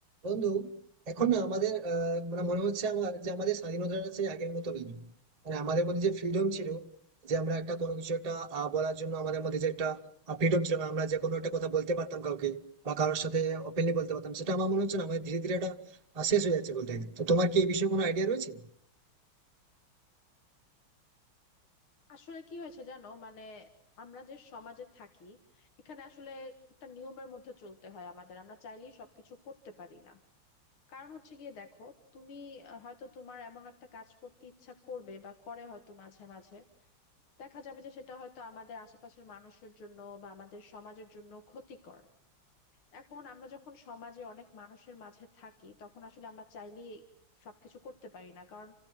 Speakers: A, on the right; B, on the left.
A: বন্ধু এখন না আমাদের আহ, মানে মনে হচ্ছে আমার যে আমাদের স্বাধীনতাটা সেই আগের মতো নেই মানে আমাদের মধ্যে যে ফ্রিডম ছিল যে আমরা একটা কোনো কিছু একটা আহ, বলার জন্য আমাদের মধ্যে যে একটা ফ্রিডম ছিল মানে আমরা যে কোনো একটা কথা বলতে পারতাম কাউকে বা কারোর সাথে ওপেনলি বলতে পারতাম সেটা আমার মনে হচ্ছে না আমাদের ধীরে ধীরে এটা আহ, শেষ হয়ে যাচ্ছে বলতে গেলে তো তোমার কি এই বিষয়ে কোনো আইডিয়া রয়েছে
B: আসলে কি হয়েছে জানো মানে আমরা যে সমাজে থাকি এখানে আসলে একটা নিয়মের মধ্যে চলতে হয় আমাদের আমরা চাইলেই সবকিছু করতে পারি না কারণ হচ্ছে গিয়ে দেখো তুমি আহ, হয়তো তোমার এমন একটা কাজ করতে ইচ্ছা করবে বা করে হয়তো মাঝে মাঝে দেখা যাবে যে সেটা হয়তো আমাদের আশেপাশের মানুষের জন্য বা আমাদের সমাজের জন্য ক্ষতিকর এখন আমরা যখন সমাজে অনেক মানুষের মাঝে থাকি তখন আসলে আমরা চাইলেই সবকিছু করতে পারি না কারণ